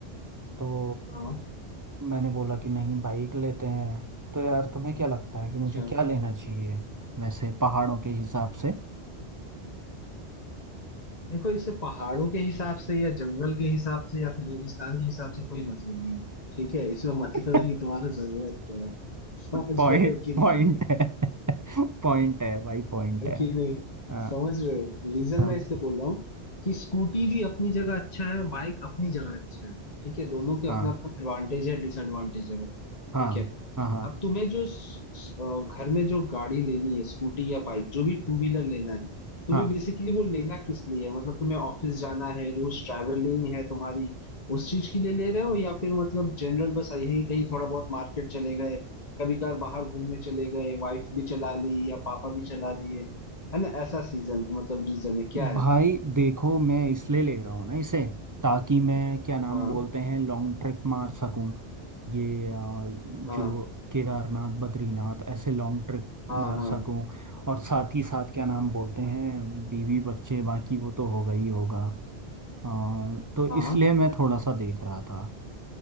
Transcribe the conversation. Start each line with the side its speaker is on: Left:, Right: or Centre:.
Right: तो
Left: हाँ
Right: मैंने बोला कि नहीं बाइक लेते हैं तो यार तुम्हें क्या लगता है कि मुझे
Left: अच्छा
Right: क्या लेना चाहिए वैसे पहाड़ों के हिसाब से
Left: देखो इससे पहाड़ों के हिसाब से या जंगल के हिसाब से या फिर रेगिस्तान के हिसाब से कोई मतलब नहीं है, ठीक है इसमें मतलब
Right: <laughs>
Left: है कि तुम्हारा जरूरत क्या है समझ
Right: पॉइंट
Left: रहे हो कि
Right: पॉइंट
Left: नहीं
Right: है <laughs> पॉइंट है भाई
Left: <laughs>
Right: पॉइंट
Left: है
Right: है
Left: कि नहीं
Right: हाँ
Left: समझ रहे हो रीजन
Right: हाँ
Left: मैं इसलिए बोल रहा हूँ कि स्कूटी भी अपनी जगह अच्छा है बाइक अपनी जगह अच्छा है ठीक है दोनों के अपने
Right: हाँ
Left: अपने एडवांटेज है डिसएडवांटेज है भाई
Right: हाँ
Left: ठीक है
Right: हाँ हाँ
Left: अब तुम्हें जो स- स- अ, घर में जो गाड़ी लेनी है स्कूटी या बाइक जो भी टू व्हीलर लेना है तुम्हें
Right: हाँ
Left: बेसिकली वो लेना किस लिए है मतलब तुम्हें ऑफिस जाना है रोज ट्रैवलिंग है तुम्हारी उस चीज के लिए ले रहे हो या फिर मतलब जनरल बस आई है कहीं थोड़ा बहुत मार्केट चले गए कभी कभार बाहर घूमने चले गए वाइफ भी चला ली या पापा भी चला लिए है ना ऐसा सीजन मतलब रीजन है क्या है
Right: भाई देखो मैं इसलिए ले रहा हूँ ना इसे ताकि मैं क्या नाम
Left: हाँ
Right: बोलते हैं लॉन्ग ट्रिप मार सकूँ ये अ,
Left: हाँ
Right: जो केदारनाथ बद्रीनाथ ऐसे लॉन्ग ट्रिप
Left: हाँ
Right: मार
Left: हाँ
Right: सकूँ और साथ ही साथ क्या नाम बोलते हैं बीवी बच्चे बाकी वो तो होगा ही होगा अ, तो इसलिए
Left: हाँ
Right: मैं थोड़ा सा देख रहा था